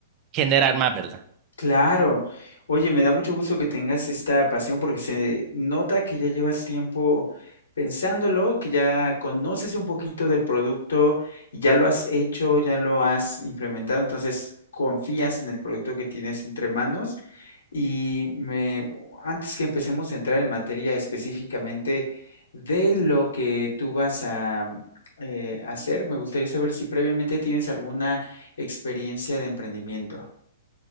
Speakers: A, on the right; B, on the left.
A: generar más, ¿verdad?
B: Claro. Oye, me da mucho gusto que tengas esta pasión porque se nota que ya llevas tiempo pensándolo, que ya conoces un poquito del producto y ya lo has hecho, ya lo has implementado, entonces confías en el producto que tienes entre manos. Y me, antes que empecemos a entrar en materia específicamente de lo que tú vas a eh, hacer, me gustaría saber si previamente tienes alguna experiencia de emprendimiento.